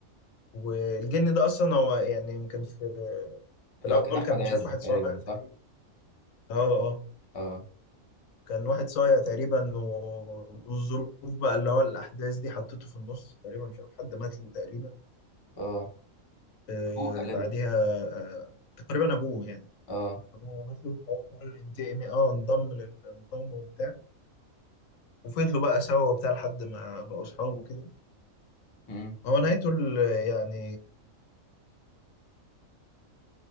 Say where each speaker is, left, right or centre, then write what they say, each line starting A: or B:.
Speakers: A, on the left (about 80°); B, on the left (about 30°).
A: والجن ده اصلا هو يعني يمكن في في
B: اللي
A: الاول
B: هو كان احمد
A: كان
B: عز
A: مش عارف واحد
B: تقريبا
A: صغير
B: صح
A: تقريبا اه اه
B: اه
A: كان واحد صايع تقريبا و- والظروف بقى اللي هو الأحداث دي حطته في النص تقريبا مش عارف حد مات له تقريبا
B: اه
A: آه
B: ابوه غالبا
A: بعديها آه تقريبا أبوه يعني
B: اه
A: أبوه مات له فهو قرر ينتقم اه انضم للمقاومة وبتاع وفضلوا بقى سوا وبتاع لحد ما بقوا أصحاب وكده
B: مم.
A: هو نهايته ال- يعني